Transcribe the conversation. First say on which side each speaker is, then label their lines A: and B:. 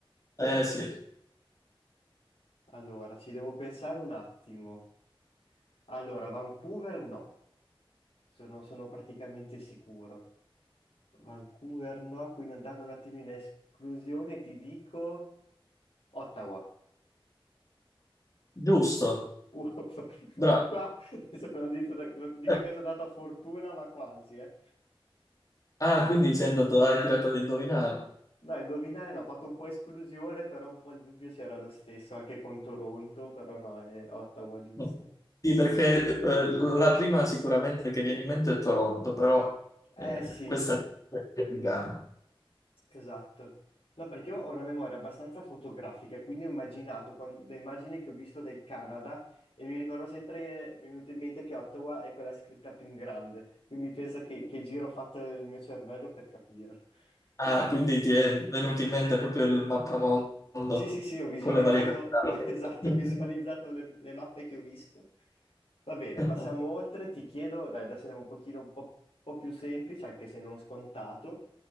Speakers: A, on the left; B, on the left.
A: Eh sì,
B: Allora, ci devo pensare un attimo. Allora, Vancouver no, sono, sono praticamente sicuro. Vancouver no, quindi andando un attimo in esclusione ti dico Ottawa.
A: giusto,
B: Uff, <laughs>
A: bravo.
B: qua sono andito da- non dico
A: Eh,
B: che sono andato a fortuna, ma quasi, eh.
A: Ah, quindi sei andato, hai tirato ad indovinare.
B: No, indovinare no, ho fatto un po' esclusione, però un po' il dubbio c'era lo stesso, anche con Toronto, però no, è Ottawa giusto.
A: No. Sì, perché eh, la prima sicuramente che viene in mente è Toronto, però
B: Eh
A: eh,
B: sì,
A: questa è in Ghana.
B: Esatto. No, perché io ho una memoria abbastanza fotografica, e quindi ho immaginato quan- le immagini che ho visto del Canada e mi ricordo sempre, mi è venuto in mente che Ottawa è quella scritta più in grande, quindi pensa che, che giro ho fatto il mio cervello per capirlo.
A: Ah,
B: Eh.
A: quindi ti è venuto in mente proprio il mappamondo
B: Sì, sì, sì, ho visualizzato,
A: con le varie capitali.
B: <laughs> esatto, ho visualizzato le, le mappe che ho visto. Va bene,
A: <laughs>
B: passiamo oltre. Ti chiedo, dai, adesso andiamo un pochino un po', un po' più semplice, anche se non scontato.